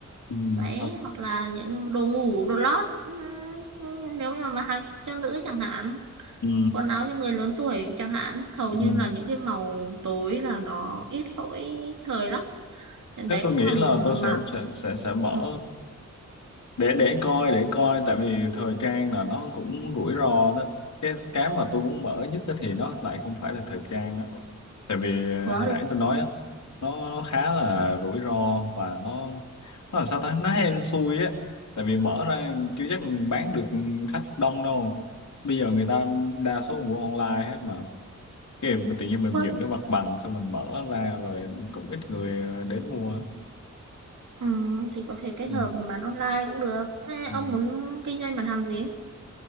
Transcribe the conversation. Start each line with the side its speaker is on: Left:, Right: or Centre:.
Left: ừ,
Right: đấy
Left: hoặc-
Right: hoặc là những đồ ngủ đồ lót ừm, nếu như mà mặc cho nữ chẳng hạn
Left: ừ,
Right: quần áo cho người lớn tuổi chẳng hạn hầu như
Left: ừ.
Right: là những cái màu tối là nó ít lỗi thời lắm nên
Left: Nếu
Right: đấy
Left: tôi
Right: cũng
Left: nghĩ
Right: là một
Left: là tôi sẽ
Right: mảng
Left: sẽ sẽ sẽ mở
Right: ừ,
Left: để để coi để coi tại vì thời trang là nó cũng rủi ro đó cái cái mà tôi muốn mở nhất á thì nó lại không phải là thời trang đó tại vì à,
Right: quá
Left: hồi
Right: là
Left: nãy tôi nói á nó, nó khá là rủi ro và nó nó là sao ta nó hên xui á tại vì mở ra chưa chắc bán được khách đông đâu bây giờ người ta đa số mua online hết mà cái mà tự nhiên mình
Right: quá
Left: dựng cái mặt bằng xong mình mở ra rồi cũng ít người ờ, đến mua
Right: ừ, thì có thể kết
Left: Ừ.
Right: hợp bán online cũng được Ê,
Left: Ừ.
Right: ông muốn kinh doanh mặt hàng gì